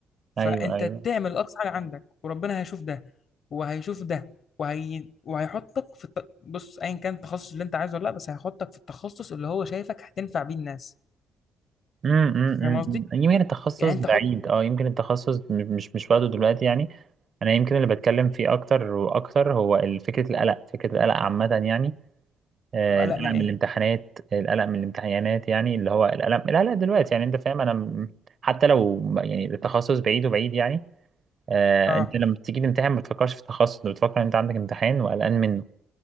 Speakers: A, on the left; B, on the right.
A: فانت
B: ايوه ايوه
A: تعمل اقصى حاجه عندك وربنا هيشوف ده وهيشوف ده وهي... وهيحطك في الت... بص ايا كان التخصص اللي انت عايزه ولا لا بس هيحطك في التخصص اللي هو شايفك هتنفع بيه الناس
B: امم
A: فاهم قصدي
B: يمكن التخصص
A: يعني انت
B: بعيد
A: حط
B: اه يمكن التخصص م- مش مش وقته دلوقتي يعني انا يمكن اللي بتكلم فيه اكتر واكتر هو ال- فكره القلق فكره القلق عامه يعني آه،
A: طب قلق
B: القلق
A: من ايه
B: من الامتحانات القلق من الامتحانات يعني اللي هو القلق القلق دلوقتي يعني انت فاهم انا م- حتى لو م- يعني التخصص بعيد وبعيد يعني آه
A: اه
B: انت لما بتيجي تمتحن ما بتفكرش في التخصص انت بتفكر ان انت عندك امتحان وقلقان منه